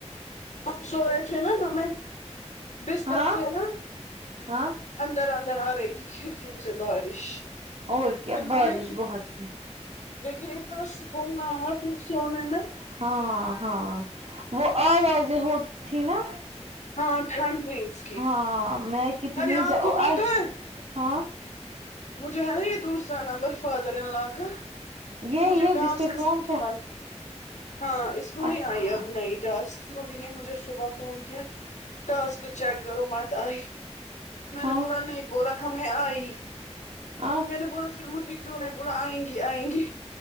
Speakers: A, on the left; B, on the right.
A: ہم سوئے تھے نا ہمیں بستر
B: ہاں
A: سے نا
B: ہاں
A: اندر اندر آ رہی تھی کھڑکیوں سے بارش
B: اور کیا
A: پھر
B: بارش
A: میں نے
B: بہت سی
A: لیکن اتنا سکون نہ آیا پھر سونے میں
B: ہاں ہاں وہ آوازیں ہوتی تھی نا
A: ہاں ٹھنڈ ونگس کی
B: ہاں میں کتنی
A: ارے آپ
B: د
A: کو
B: وش
A: پتہ ہے
B: ہاں
A: مجھے ہے یہ دوس را کا نمبر فادر ان لا کا
B: یہ
A: مجھے
B: یہ
A: ٹاسک
B: جس پہ
A: نہیں
B: فون کر
A: آئی ہاں اس کو
B: ہاں
A: نہیں آئی ابھی نہیں ٹاسک روبی نے مجھے صبح فون کیا ٹاسک چیک کرو مت آئی میں
B: ہاں
A: نے بولا نہیں بولا ہمیں آئی
B: ہاں
A: میں نے بولا پھر مجھے کیوں نہیں بولا آئیں گی آئیں گی